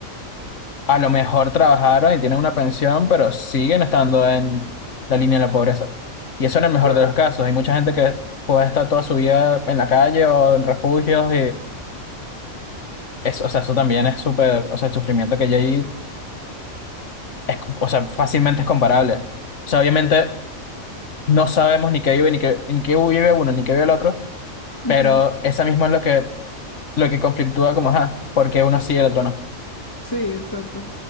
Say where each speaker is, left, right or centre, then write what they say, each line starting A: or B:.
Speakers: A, on the left; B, on the left.
A: A lo mejor trabajaron y tienen una pensión, pero siguen estando en la línea de la pobreza. Y eso en el mejor
B: claro.
A: de los casos. Hay mucha gente que puede estar toda su vida en la calle o en refugios y eso, o sea, eso también es súper, o sea, el sufrimiento que hay ahí es, o sea, fácilmente es comparable. O sea, obviamente no sabemos ni qué vive ni qué, ni qué vive uno ni qué vive el otro,
B: Ujú.
A: pero esa misma es lo que lo que conflictúa como, ah, porque uno sí y el otro no.
B: Sí, exacto.